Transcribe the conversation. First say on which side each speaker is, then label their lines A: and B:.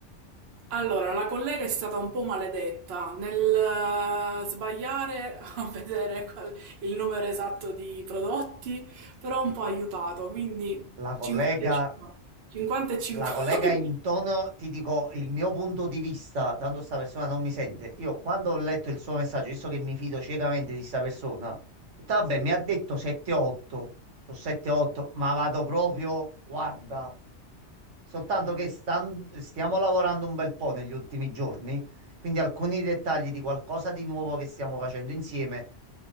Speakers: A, on the right; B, on the right.
A: allora, la collega è stata un po' maledetta nel eh, sbagliare a <laughs> vedere qual- il numero esatto di prodotti, però un po' ha aiutato, quindi
B: La collega,
A: 50 e 50. 50 e 50.
B: la collega in
A: <laughs>
B: tono, ti dico il mio punto di vista, tanto sta persona non mi sente. Io quando ho letto il suo messaggio, visto che mi fido ciecamente di sta persona, ho detto, vabbè,
A: Sì,
B: mi ha detto 7-8, sono 7-8, ma vado proprio, guarda, soltanto che stan- stiamo lavorando un bel po' negli ultimi giorni, quindi alcuni dettagli di qualcosa di nuovo che stiamo facendo insieme